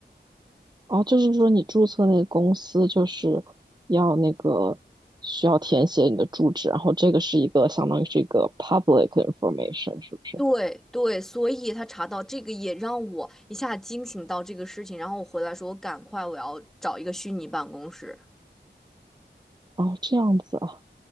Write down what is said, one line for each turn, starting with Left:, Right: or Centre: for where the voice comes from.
Right: 哦，就是说你注册那个公司就是要那个需要填写你的住址，然后这个是一个相当于是一个 public information，是不是？
Centre: 对对，所以他查到这个也让我一下惊醒到这个事情，然后我回来说，我赶快我要找一个虚拟办公室。
Right: 哦，这样子啊，